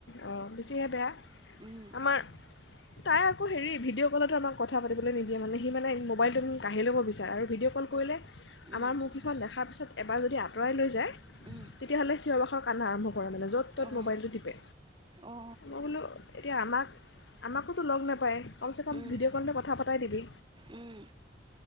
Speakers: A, on the left (about 70°); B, on the right (about 25°).
A: অঁ বেছিহে বেয়া
B: উম,
A: আমাৰ তাই আকৌ হেৰি ভিডঅ' কবলে তোমাক কথা পাতিলৈ নিদিয়ে মানে মানে মোবাইলটো কা়ঢ়ি ল'ব বিচাৰে ভিডঅ'কল কৰিলে
B: উম,
A: আমাৰ মুখকেইখন দেখাৰ পিছত এবাৰ যদি আঁতৰাই লৈ যায়
B: উম,
A: তেতিয়াহ'লে চোৱাবখৰ কান্দোন আৰম্ভ কৰা মানে য'ত ত'ত
B: অ',
A: মোবাইলটো টিপে
B: অ',
A: মই বোলো এতিয়া আমাক আমাকোতো লগ নাপায় ক
B: উম,
A: ভিডিঅ' কললৈ কথা পতাই দিবি
B: উম,